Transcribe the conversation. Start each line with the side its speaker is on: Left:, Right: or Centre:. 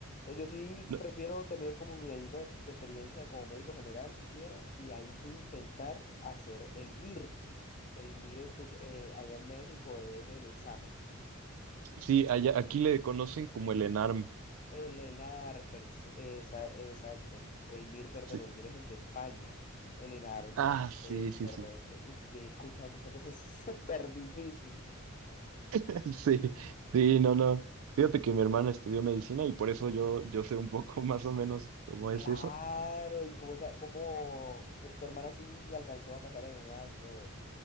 Left: no, Yo sí
Right: No,
Left: prefiero tener como mi añito de, de experiencia como médico general siquiera y ahí sí intentar hacer el MIR. El MIR en tu, eh, allá en México es el examen.
Right: sí, allá, aquí le conocen como el ENARM.
Left: El ENAR, pers- esa- exacto. El MIR, perdón,
Right: Sí.
Left: el MIR es el de España. El ENAR
Right: Ah, sí,
Left: es
Right: sí,
Left: correcto.
Right: sí.
Left: Uf, he escuchado que esa cosa es súper difícil.
Right: <laughs> Sí, sí, no, no. Fíjate que mi hermana estudió medicina y por eso yo, yo sé un poco <laughs> más o menos cómo
Left: Claro,
Right: es eso.
Left: y cómo está, cómo tu, tu hermana sí alcanzó a pasar el ENAR y todo eso.